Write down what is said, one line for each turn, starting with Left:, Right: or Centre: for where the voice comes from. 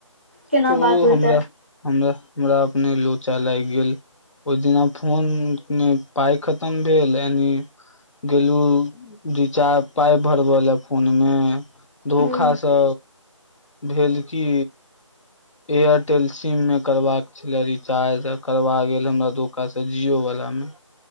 Right: केना
Left: त
Right: बात
Left: ओ
Right: होइत
Left: हमरा हमरा हमरा अपने लोचा लागि गेल ओहि दिना फोन मे पाय खतम भेल यानि गेलु रिचार्ज पाय भर बऽ लेऽ फोन मे धोखा
Right: हूँ
Left: सँ भेल की एयरटेल सिम म करबाक छलै रिचार्ज करबा गेल हमरा धोकासँ जिओ वला मे